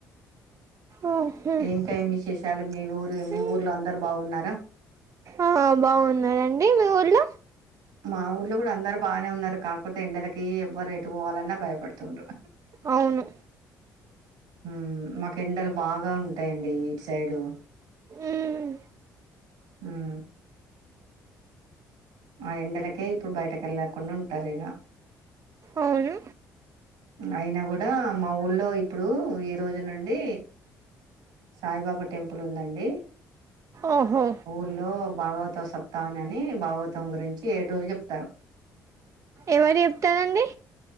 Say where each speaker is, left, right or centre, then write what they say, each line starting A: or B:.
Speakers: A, on the right (about 35°); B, on the right (about 80°).
A: ఆ హే హీ
B: ఇంకా ఏం విశేషాలు మీ ఊరు మీ ఊర్లో అందరు బాగున్నారా
A: ఆ బావున్నారండి మీ ఊళ్ళో
B: మా ఊర్లో కూడా అందరు బాగానే ఉన్నారు కాకపోతే ఎండలకి ఎవ్వరు ఎటు పోవాలన్నా భయపడుతుండ్రు
A: అవును
B: ఉమ్ మాకు ఎండలు బాగా ఉంటాయండి ఇటు సైడు
A: మ్మ్
B: ఉమ్ ఆ ఎండలకే ఇప్పుడు బయటకి వెళ్లేకుండా ఉంటారు ఇగ
A: అవును
B: అయినా కూడా మా ఊళ్ళో ఇప్పుడు ఈ రోజు నుండి సాయిబాబా టెంపుల్ ఉందండి
A: ఓహో
B: ఊర్లో భాగవతసప్తాని అని భాగవ తం గురించి ఏడు రోజులు చెప్తారు
A: ఎవరు చెప్తారు అండి